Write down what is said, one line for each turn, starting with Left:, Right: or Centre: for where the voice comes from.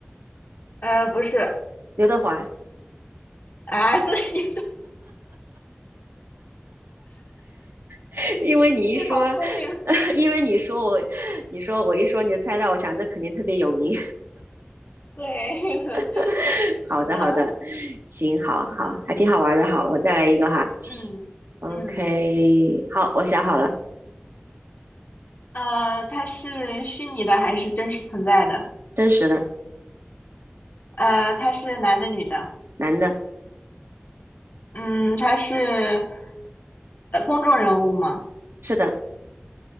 Left: 呃，不是，
Right: 刘德华。
Left: 哎，<laughs> 对，你
Right: <laughs> 因为你一说，
Left: <laughs> 你好聪明，
Right: <laughs> 因为你说我，你说我一说你就猜到，我想这肯定特别有名。
Left: <laughs> 对，
Right: <laughs>
Left: <laughs> 是的，
Right: 好的，好的，行，好好，
Left: <laughs> 嗯
Right: 还挺好玩的。好，我再来一个哈。
Left: 嗯嗯，
Right: OK，好，我想好了，
Left: 呃，他是虚拟的还是真实存在的？
Right: 真实的，
Left: 呃，他是男的女的？
Right: 男的，
Left: 嗯，他是呃公众人物吗？
Right: 是的，